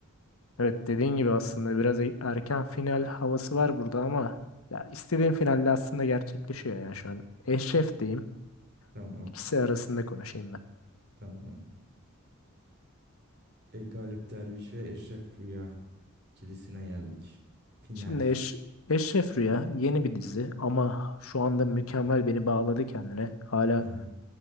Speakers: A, on the left; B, on the right.
A: Evet dediğin gibi aslında biraz e- erken final havası var burada ama ya istediğim finalle aslında gerçekleşiyor ya şu an. Eşref diyeyim.
B: Tamam,
A: İkisi arasında konuşayım ben.
B: tamam. E, Galip Derviş ve Eşref Rüya ikilisine geldik. Final.
A: Şimdi Eş Eşref Rüya yeni bir dizi ama şu anda mükemmel beni bağladı kendine. Hala
B: Hı hı,